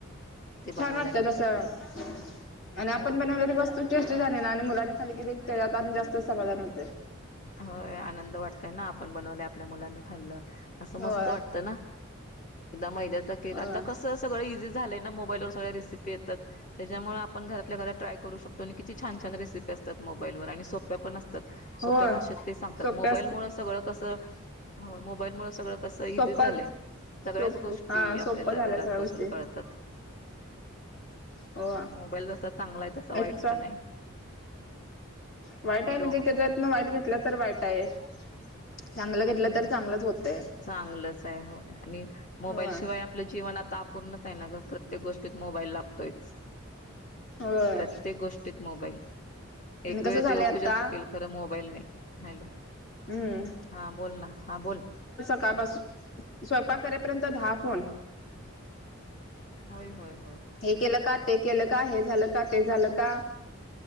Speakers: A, on the left; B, on the left.
A: ते बनवल्यानंतर
B: छान वाटतं तस आणि आपण
A: होय
B: बनवणारी वस्तू टेस्टी झाली ना आणि मुलानी खाली कि त्याच्यात आणि जास्त समाधान होते.
A: होय आनंद वाटतय ना आपण बनवल्या. आपल्या मुलांनी खाल्लं असं मस्त
B: होय
A: वाटत ना. मै्या के
B: होय
A: आता कसं सगळ. झा मोबाईल वर सग्या रेसिपी येतात त्याच्यामुळे आपण घरात घरा ट्राय करू शको किती छान छान रेसिपी असतात मोबाईलवर आणि सोप्या पण असत. <inaudible>
B: होय
A: ्या भाषेत ते सांगतात
B: सोप्या
A: मोबाईल
B: असत
A: मु सगळं कसं. हो मोबाईलमुळे सगळं. इी
B: सोप्पा
A: झाय सगळ्याच
B: सोप
A: गोष्टी
B: हा
A: आपल्याला
B: सोप्प झाल्या
A: घरात
B: सगळ्या
A: बसून
B: गोष्टी
A: कतात
B: हो
A: मोबाल जसा चांगला आहे तसा वाईट
B: एक्स्ट्रा
A: पण आहे.
B: वाईट
A: हॅलो
B: आहे म्हणजे त्याच्यातं वाईट घेत. लं तर वाईट आहे. चांगलं
A: हम्म.
B: घेतलं तर चांगलंच होतं.
A: चांगलंच आहे हो आणि मोबाईल
B: होय
A: शिवाय आपलं जीवन आता पूर्णच आहे ना प्रत्येक गोष्टीत मोबाईल लागतोयच.
B: होय
A: प्रत्येक गोष्टीत मोबाईल.
B: आणि
A: एक
B: कसं
A: वेळ
B: झालंय
A: देवपूजा
B: आता
A: चुकेल खरं मो मोबाईल नाही. हॅलो.
B: हम्म
A: हा बोल ना हा बोल.
B: स्वतः करे पर्यंत दहा फोन.
A: होय होय. होय
B: हे केलं का ते केलं का हे झालं का ते झालं का